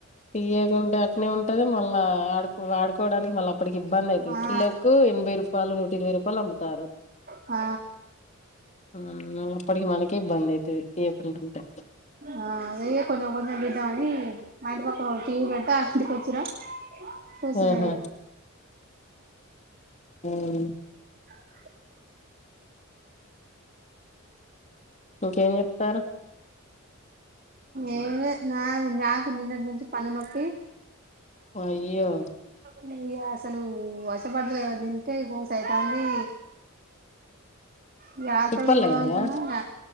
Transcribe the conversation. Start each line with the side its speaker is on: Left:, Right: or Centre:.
Left: తీయ్యకుంటే అట్నే ఉంటది మళ్ళా ఆడుకు వాడు కోడానికి మళ్ళ అప్పటికి ఇబ్బంది అయితది
Right: ఆ
Left: కిలోకు ఎనభై రూపాయలు నూట ఇరవై రూపాయలు అమ్ముతారు
Right: ఆ
Left: హ్మ్ మల్లా అప్పటికి మనకే ఇబ్బంది అయితది తీయకుండుంటే
Right: ఆ అదే ఇగ కొంచెం కొంచెం తిద్దం అని మా ఇంటి పక్క టీవీ పెడతే అక్కింటికి కొచ్చినా కూసున్నా
Left: ఆహా
Right: ఇగ
Left: హ్మ్
Right: <unintelligible> <unintelligible>
Left: ఇంకేం చెప్తారు
Right: ఏం లేద్ నాది నాకు నిన్నటి నుంచి పన్ను నొప్పి
Left: అయ్యో
Right: ఇగ అసలు వష పడ్తలే ఏమన్నా తింటే గోసైతాంది ఇగ హాస్పిటల్
Left: తిప్పలు
Right: పోదం
Left: అయినయా
Right: అనుకున్నా ఇగ